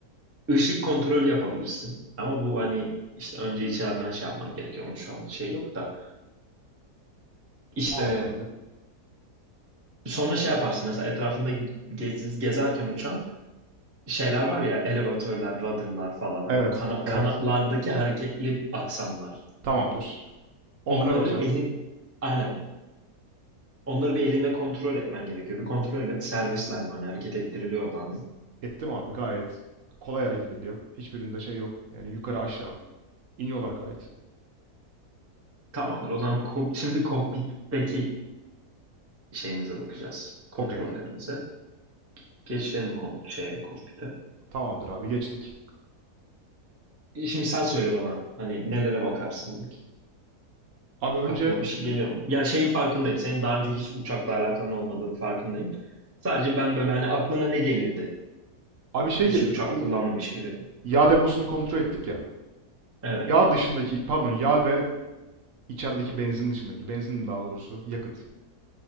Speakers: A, on the right; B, on the right.
A: Işık kontrolü yapabilirsin. Ama bu hani işte önce içeriden şey yapman gerekiyor. Onun şu an şey yok da. İşte
B: Tamamdır abi.
A: sonra şey yaparsın. Mesela etrafında ge- gez- gezerken uçağın şeyler var ya elevatörler, rudder'lar falan hani
B: Evet.
A: kana- kanatlardaki
B: Evet.
A: hareketli aksamlar.
B: Tamamdır. Onlara
A: Onları
B: bakacağım.
A: elin aynen. Onları bir elinde kontrol etmen gerekiyor. Bir kontrol et serbestler mi hani hareket ettiriliyorlar mı?
B: Ettim abi gayet. Kolay hareket ediyor. Hiçbirinde şey yok. Yani yukarı aşağı. iniyorlar gayet.
A: Tamamdır. O zaman kok- şimdi kokpitteki şeyimize bakacağız. Kontrollerimize.
B: Okey.
A: Geçelim kon şeye kokpite.
B: Tamamdır abi geçtik.
A: E, Şimdi sen söyle bana hani nelere bakarsın ilk?
B: Abi önce
A: Aklına bir şey geliyor mu? Ya şeyin farkındayım. Senin daha önce hiç uçakla alakan olmadığını farkındayım. Sadece ben böyle hani aklına ne gelirdi
B: abi şey
A: Hiç
B: gelirdi
A: uçak
B: bu
A: kullanmamış biri.
B: yağ deposunu kontrol ettik ya.
A: Evet.
B: Yağ dışındaki, pardon yağ ve içerideki benzin dışındaki, benzin daha doğrusu yakıt.